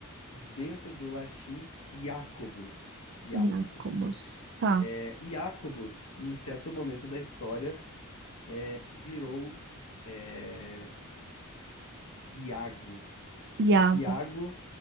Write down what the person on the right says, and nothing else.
Iacomos. Tá,
Iago.